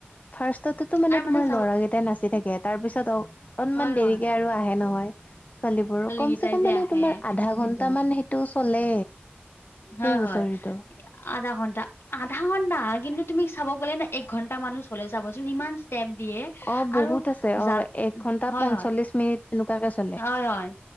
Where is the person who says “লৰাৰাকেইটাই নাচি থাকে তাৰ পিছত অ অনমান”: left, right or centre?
Left